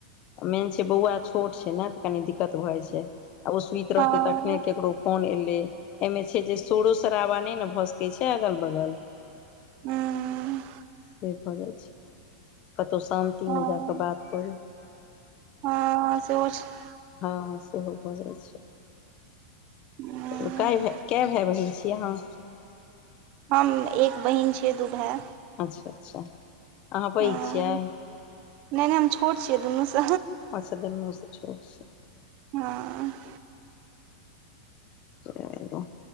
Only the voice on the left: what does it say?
मेन छै बौआ छोट छै ने तऽ कनि दिक्कत भऽ जाइ छै आ ओ सुति
रहतै तखने कैकरो कोन एले एहिमे छै जे सोरो शराबा नहि ने भए सकै छै अगल बगल
से भऽ जाइ छै कतहु शान्तिमे
जाकऽ बात करू
हँ सेहो भऽ जायत छै
चू कए भाय कए भाय बहिन छी अहाँ
अच्छा अच्छा अहाँ पैघ
छियै
अच्छा दुनुसे छोट छियै
चलू